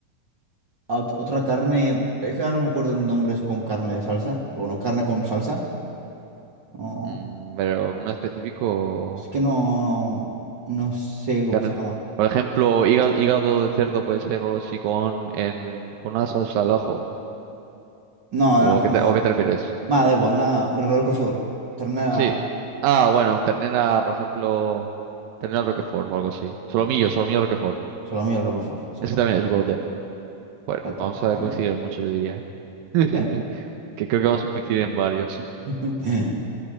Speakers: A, on the right; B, on the right.
A: Ah, ot- Otra carne. Es que ahora no me acuerdo nombres con carne de salsa. Pero bueno, carne con salsa. No,
B: Mm, pero alguna específico.
A: es que no. No sé cómo
B: Carne-
A: se llama.
B: Por ejemplo, hígado, hígado de cerdo puede ser o algo así con, en, con una salsa al ajo.
A: No, el ajo
B: ¿O qué te,
A: no.
B: o qué te refieres?
A: Nada, da igual, una Roquefort. Ternera.
B: Sí. Ah, bueno, un ternera, por ejemplo, ternera Roquefort o algo así. Solomillo,
A: Sí.
B: solomillo Roquefort.
A: Salami al Roquefort. Exacto.
B: Ese también es GOAT, eh. Bueno,
A: Exacto.
B: vamos a
A: Está
B: coincidir
A: bien.
B: en mucho, yo diría. ¿eh? <laughs>
A: ¿Qué?
B: Que creo que vamos a coincidir en varios. Sí,
A: <laughs>